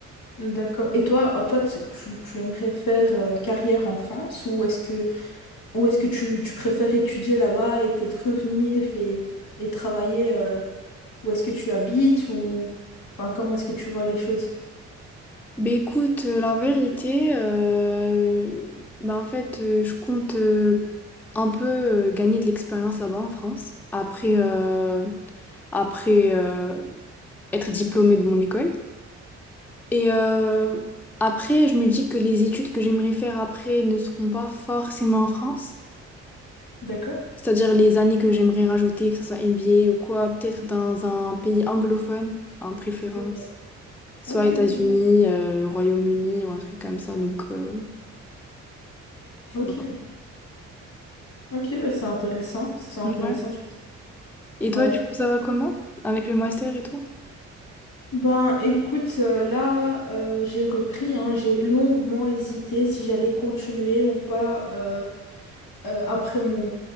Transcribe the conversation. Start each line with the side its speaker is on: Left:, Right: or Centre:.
Left: D'accord. Et toi, euh, toi, tu, tu- tu aimerais faire euh, carrière en France ou est-ce que, ou est-ce que tu, tu préfères étudier là-bas et peut-être revenir et, et travailler euh, Où est-ce que tu habites ou enfin comment est-ce que tu vois les choses?
Centre: Bah, écoute, euh, la vérité, euh, bah, en fait, euh, je compte euh, un peu euh, gagner de l'expérience là-bas en France, après, euh, après euh, être diplômée de mon école. Et euh, après, je me dis que les études que j'aimerais faire après ne seront pas forcément en France.
Left: D'accord.
Centre: C'est-à-dire les années que j'aimerais rajouter, que ce soit MBA ou quoi, peut-être dans un pays anglophone en préférence,
Left: Ok, ok,
Centre: soit États-Unis,
Left: ok,
Centre: euh, Royaume-Uni ou un truc comme ça. Donc euh,
Left: ok,
Centre: voilà.
Left: ok, bah c'est intéressant, c'est intéressant.
Centre: Ouais.
Left: tu-
Centre: Et toi,
Left: Ouais.
Centre: du coup, ça va comment? Avec le master et tout?
Left: Ben écoute, euh, là euh, j'ai repris, hein, j'ai longuement hésité si j'allais continuer ou pas euh, euh, après mon,